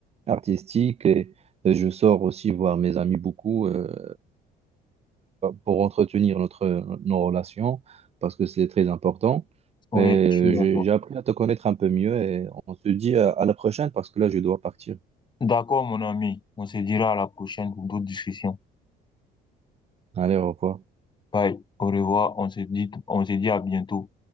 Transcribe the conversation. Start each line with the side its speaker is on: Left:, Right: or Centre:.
Right: artistiques, et, et je sors aussi voir mes amis beaucoup euh, pour entretenir notre, nos relations, parce que c'est très important.
Left: Oui,
Right: Et
Left: je suis d'accord.
Right: j'ai j'ai appris à te connaître un peu mieux et on se dit à à la prochaine parce que là, je dois partir.
Left: D'accord, mon ami. On se dira à la prochaine pour d'autres discussions.
Right: Allez, au revoir.
Left: Bye. Au revoir. On se dit, on se dit à bientôt.